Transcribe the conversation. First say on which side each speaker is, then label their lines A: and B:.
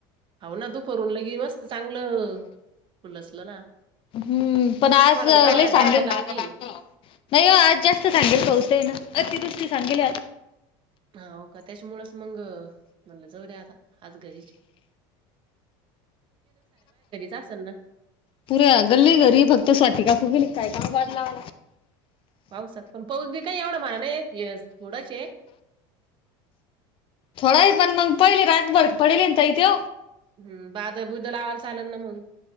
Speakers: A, on the right; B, on the left.
A: हाव ना तू फरून लगे मस्त चांगलं फुलसलं ना.
B: हम्म पण आज
A: मला
B: लय
A: गवाळ्यात
B: नाही सांगे
A: बाधा लावूनये.
B: नाही हो आज जास्त सांगे स् ना अति दुसती सांगेली आ
A: हा हो का त्याच्यामुळच मग म्हणलं जाऊ द्या आता आज घरीची असल ना
B: पुऱ्या गल्ली घरी फक्त स्वाती काकू गेली. काय काम काढला
A: पाऊसात पण पाऊस बी काही एवढा मला नाही थोडाच ए
B: थोडा आहे पण मग पहिले रातभर पडिले न ताई त्यो
A: हम्म बादल बुदल लावायला चालल ना मग.